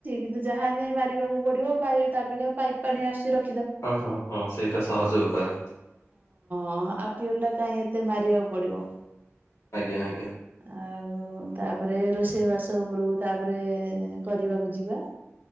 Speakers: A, on the right; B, on the left.
A: କିନ୍ତୁ ଯାହାନେ ମାରିବାକୁ ପଡିବ ତାପେକ୍ଷା ପାଇପ୍ ପାଣି ଆସ ର
B: ହଁ ହଁ ହଁ ସେଇଟା ସହଜ ଉପାୟ।
A: ହଁ ଆଟିଏଲ ଟା କାଇହିଁ ଏତେ ମାରିବାକୁ ପଡିବ।
B: ଆଜ୍ଞା ଆଜ୍ଞା।
A: ଆଉ ତାପରେ ରୋଷେଇ ବାସ ଉପରୁକୁ ତାପରେ କରିବାକୁ ଯିବା।